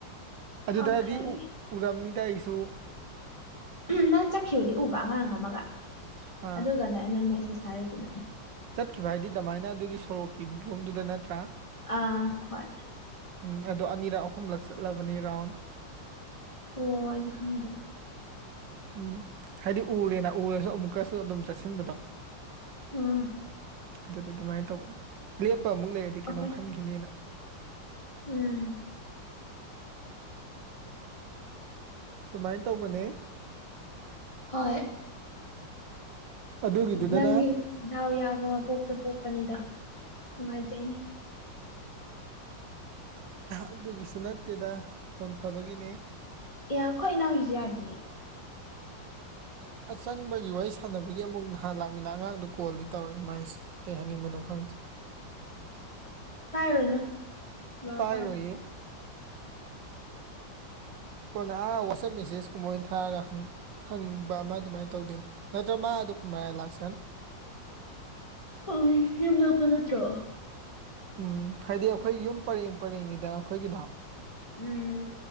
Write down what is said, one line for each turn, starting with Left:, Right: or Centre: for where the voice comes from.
Right: ꯑꯗꯨꯗꯗꯤ
Left: ꯑꯣꯀꯦ
Right: ꯎ ꯎꯔꯝꯅꯤꯗ ꯑꯩꯁꯨ
Left: ꯅꯪ ꯆꯠꯈꯤꯕꯗꯤ ꯎꯕ ꯑꯉꯥꯡ ꯑꯃꯥꯒ
Right: ꯑꯥ
Left: ꯑꯗꯨꯒꯅꯦ ꯑꯩꯅ ꯃꯦꯁꯦꯁ ꯊꯥꯔꯛꯏꯗꯨꯅ
Right: ꯆꯠꯈꯤꯕ ꯍꯥꯏꯗꯤ ꯗꯃꯥꯏꯅ ꯑꯗꯨꯒꯤ ꯁꯣꯔꯣꯛꯀꯤ ꯔꯣꯝꯗꯨꯗ ꯅꯠꯇ꯭ꯔꯥ
Left: ꯑꯥ ꯍꯣꯏ
Right: ꯎꯝ ꯑꯗꯣ ꯑꯅꯤꯔꯛ ꯑꯍꯨꯝꯂꯛ ꯆꯠꯂꯕꯅꯦ ꯔꯥꯎꯟ
Left: ꯑꯣ ꯑꯩꯗꯤ ꯈꯪꯗꯕ
Right: ꯎꯝ ꯍꯥꯏꯗꯤ ꯎꯔꯦꯅ ꯎꯔꯁꯨ ꯑꯃꯨꯛꯀꯁꯨ ꯑꯗꯨꯝ ꯆꯠꯁꯤꯟꯕꯗꯣ
Left: ꯎꯝ
Right: ꯑꯗꯨꯗ ꯑꯗꯨꯃꯥꯏ ꯇꯧꯕ ꯂꯦꯞꯄ ꯑꯃꯨꯛ ꯂꯩꯔꯗꯤ ꯀꯩꯅꯣꯝ
Left: ꯑꯣꯀꯦ
Right: ꯈꯟꯈꯤꯅꯤꯅ
Left: ꯎꯝ
Right: ꯗꯨꯃꯥꯏ ꯇꯧꯕꯅꯦ
Left: ꯍꯣꯏ
Right: ꯑꯗꯨꯒꯤꯗꯨꯗꯅ
Left: ꯅꯪꯗꯤ ꯗꯥꯎ ꯌꯥꯕ ꯃꯄꯣꯛꯇ ꯄꯣꯛꯄꯅꯤꯗꯣ ꯅꯨꯡꯉꯥꯏꯖꯩꯅꯤ
Right: ꯑꯗꯨꯒꯤꯁꯨ ꯅꯠꯇꯦꯗ ꯐꯣꯟ ꯐꯕꯒꯤꯅꯦ
Left: ꯑꯦ ꯈꯣꯏ ꯏꯅꯥꯎꯒꯤꯖꯨ ꯌꯥꯗꯤꯌꯦ
Right: ꯑꯆꯪꯕꯒꯤ ꯋꯥꯔꯤ ꯁꯥꯟꯅꯕꯒꯤ ꯑꯃꯨꯛ ꯅꯍꯥꯟ ꯂꯥꯛꯃꯤꯅ ꯑꯉꯥꯡꯗꯣ ꯀꯣꯜꯗꯤ ꯇꯧꯔꯛꯑꯦ ꯃꯥꯏꯁꯦ ꯀꯩ ꯍꯥꯏꯅꯤꯡꯕꯅꯣ ꯈꯪꯗꯦ
Left: ꯄꯥꯏꯔꯨꯅꯨ ꯂꯣꯏꯔ
Right: ꯄꯥꯏꯔꯣꯏꯌꯦ
Left: ꯄꯥꯏꯔꯣ
Right: ꯀꯣꯟꯅ ꯑꯥ ꯋꯥꯆꯞ ꯃꯦꯁꯦꯖ ꯀꯨꯝꯕ ꯑꯣꯏꯅ ꯊꯥꯔꯒ ꯍꯪ ꯍꯪꯕ ꯑꯃ ꯑꯗꯨꯃꯥꯏꯅ ꯇꯧꯗꯣꯏꯅꯦ ꯅꯠꯇ꯭ꯔ ꯃꯥ ꯑꯗꯨꯝ ꯃꯔꯥꯢ ꯂꯥꯛꯆꯅꯤ
Left: ꯍꯣꯢ ꯌꯨꯝ ꯅꯛꯄ ꯅꯠꯇ꯭ꯔꯣ
Right: ꯎꯝ ꯍꯥꯏꯗꯤ ꯑꯩꯈꯣꯏ ꯌꯨꯝ ꯄꯔꯦꯡ ꯄꯔꯦꯡꯅꯤꯗ ꯑꯈꯣꯏꯒꯤꯗꯣ
Left: ꯎꯝ